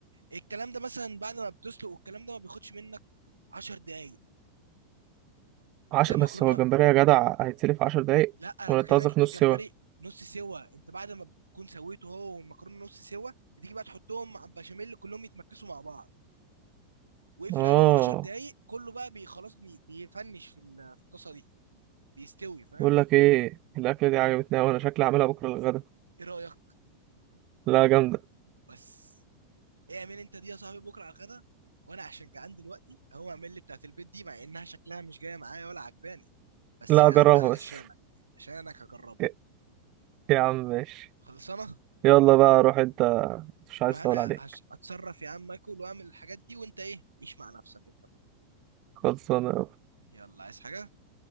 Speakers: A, on the right (about 80°); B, on the right (about 40°).
A: الكلام ده مثلا بعد ما بتسلق والكلام ده ما بياخدش منك 10 دقايق هتلاقي
B: عشر
A: المكرونه
B: بس هو الجمبري يا جدع هيتسلف عشر دقايق
A: لا انا
B: ولا
A: بكلمك
B: انت قصدك
A: انت
B: نص
A: الجمبري
B: سوا
A: نص سوا انت بعد ما بتكون سويته هو والمكرونه نص سوا بتيجي بقى تحطهم مع البشاميل كلهم يتمكسوا مع بعض واقفل
B: اه
A: عليهم 10 دقايق كله بقى بي خلاص بي بيفنش في ال- في الطاسه دي بيستوي فاهم
B: بقول لك ايه الاكله دي عجبتني وانا شكلي هعملها بكره للغدا
A: ايه رايك
B: لا جامده
A: بس اعمل انت دي يا صاحبي بكره على الغدا وانا عشان جعان دلوقتي هو اعمل لي بتاعت البيت دي مع انها شكلها مش جايه معايا ولا عجباني بس
B: لا
A: يا
B: اجربها
A: عم علشانك
B: بس
A: عشانك هجربها
B: <laughs> يا يا عم ماشي
A: خلصانه
B: يلا بقى روح انت مش عايز
A: روح انا
B: اطول عليك
A: هش- اتصرف يا عم اكل واعمل الحاجات دي وانت ايه عيش مع نفسك انت بقى
B: خلصانه يا
A: يلا عايز حاجه